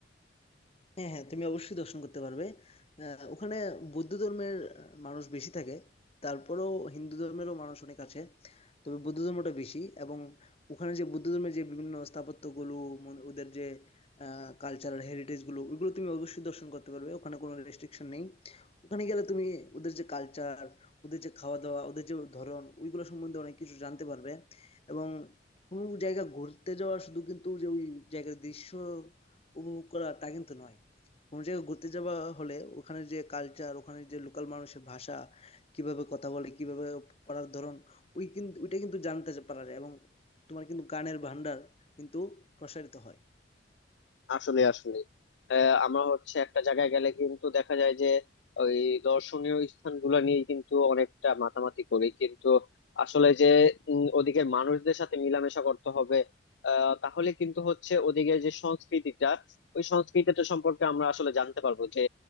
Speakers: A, on the left; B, on the left.
A: হ্যাঁ হ্যাঁ তুমি অবশ্যই দর্শন করতে পারবে আহ, ওখানে বৌদ্ধ ধর্মের আহ, মানুষ বেশি থাকে তারপরেও হিন্দু ধর্মেরও মানুষ অনেক আছে তবে বৌদ্ধ ধর্মটা বেশি এবং ওখানে যে বৌদ্ধ ধর্মের যে বিভিন্ন স্থাপত্যগুলো মন- ওদের যে কালচারাল হেরিটেজগুলো ওইগুলো তুমি অবশ্যই দর্শন করতে পারবে ওখানে কোনো রেস্ট্রিকশন নেই ওখানে গেলে তুমি ওদের যে কালচার ওদের যে খাওয়া দাওয়া ওদের যে ধরন ওইগুলো সম্বন্ধে অনেক কিছু জানতে পারবে এবং কোনো জায়গা ঘুরতে যাওয়া শুধু কিন্তু যে ওই জায়গার দৃশ্য উপভোগ করা তা কিন্তু নয় কোনো জায়গায় ঘুরতে যাওয়া হলে ওখানে যে কালচার ওখানে যে লোকাল মানুষের ভাষা কিভাবে কথা বলে কিভাবে পড়ার ধরন ওই কিন্তু ওইটা কিন্তু জানতে পারা যায় এবং তোমার কিন্তু গানের ভান্ডার কিন্তু প্রসারিত হয়
B: আসলে আসলে আহ, আমরা হচ্ছে একটা জায়গায় গেলে কিন্তু দেখা যায় যে ওই দর্শনীয় স্থানগুলো নিয়ে কিন্তু অনেকটা মাতামাতি করি কিন্তু আসলে যে উম, ওদিকের মানুষদের সাথে মেলামেশা করতে হবে আহ, তাহলে কিন্তু হচ্ছে ওদিকে যে সংস্কৃতিটা ওই সংস্কৃতিটা সম্পর্কে আমরা আসলে জানতে পারবো যে